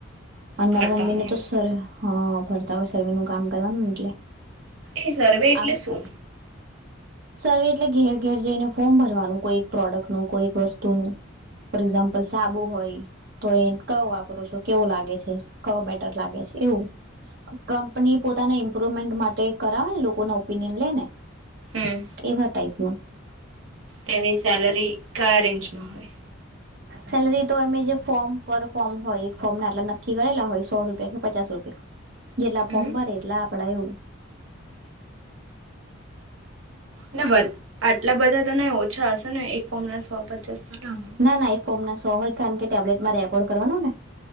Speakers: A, on the right; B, on the right.
A: અને મારા
B: ફરતા
A: મમ્મી
B: હોય
A: ને તો
B: એમ
A: સર હા ફરતા હોય સર્વે નું કામ કરવાનું એટલે.
B: એ સર્વે એટલે
A: આમ
B: શું?
A: સર્વે એટલે ઘેર ઘેર જઈને ફોર્મ ભરવાનું, કોઈ એક પ્રોડક્ટનું, કોઈ એક વસ્તુનું, ફોર એક્ઝામ્પલ સાબુ હોય તો એ કયો વાપરો છો, કેવું લાગે છે. કયો બેટર લાગે છે એવું. કંપની પોતાના ઇમ્પ્રુવમેન્ટ માટે કરાવા લોકો નો ઓપિનિન લે ને.
B: હમ.
A: એવા ટાઈપમાં.
B: તેમની સેલરી કયા રેન્જમાં હોય.
A: સેલરી તો એમે જે ફોર્મ પર ફોર્મ હોય ફોર્મ ના એટલા નક્કી કરેલા હોય સો રૂપિયા કે પચાસ રૂપિયા. જેટલા
B: હમ
A: ફોર્મ ભરે એટલા. પડાયો.
B: નબદ આઠ. એટલા બધા તને ઓછા હશે ને એક ફોર્મના સો પચાસ. તો હોય
A: ના ના એ ફોમ ના સો હોય કારણ કે ટેબ્લેટમાં રેકોર્ડ કરવાનો ને.